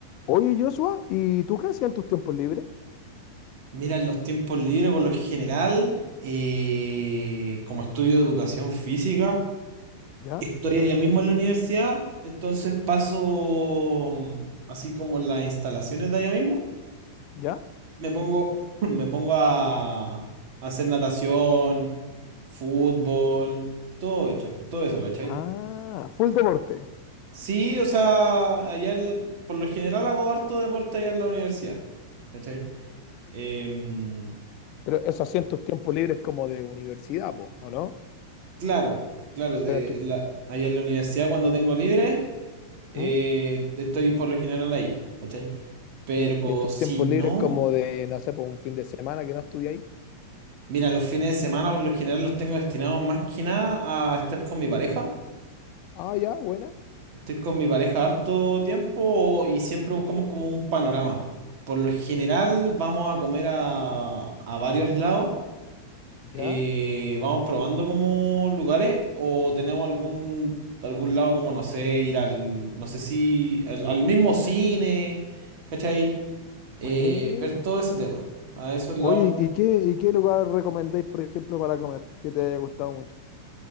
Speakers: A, on the left (about 45°); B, on the right (about 45°).
A: Oye, Joshua, ¿y tú qué hacías en tus tiempos libres?
B: Mira, en los tiempos libres, por lo general, eh, como estudio de educación física,
A: ¿Ya?
B: estoy allá mismo en la universidad, entonces paso, mm, así como las instalaciones de allá mismo,
A: ¿Ya?
B: me pongo, <clears throat> <laughs> me pongo a, a hacer natación, fútbol, todo hecho, todo eso, ¿cachai?
A: Ah, full deporte.
B: Sí, o sea, allá en- por lo general hago harto deporte allá en la universidad, ¿cachai? Em,
A: Pero eso hacía en tus tiempos libres como de universidad, po, ¿o no?
B: Claro, claro, de
A: Pero en tu,
B: la, ahí en la universidad cuando tengo libre, eh,
A: ¿Mm?
B: estoy por lo general ahí, ¿cachai? Pero
A: ¿Y, en, y en tus
B: si
A: tiempos
B: no,
A: libres como de, no sé, por un fin de semana que no estudiáis.
B: mira, los fines de semana por lo general los tengo destinados más que nada a estar con mi pareja.
A: Ah, ya, buena,
B: Estoy con mi pareja harto tiempo y siempre buscamos como un panorama. Por lo general vamos a comer a, a varios lados eh,
A: ya.
B: vamos probando como lugares o tenemos algún algún lado como no sé, ir al no sé si al, al mismo cine, ¿cachai?
A: Güey.
B: Eh, ver todo ese tema. A esos lados
A: Oye, ¿y qué, y qué lugar recomendáis, por ejemplo, para comer que te haya gustado mucho?